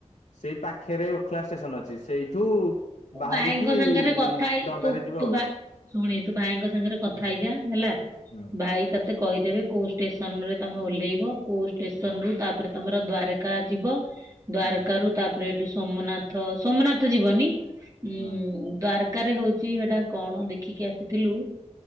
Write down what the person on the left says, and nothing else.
ସେଇ ପାଖରେ। ଓଖଲା ଷ୍ଟେସନ ଅଛି, ସେଇଠୁ
ବାହାରିକି
ଡଙ୍ଗାରେ
ଯିବ
ଆଉ।
ହୁଁ
ହୁଁ
ହୁଁ
ହୁଁ।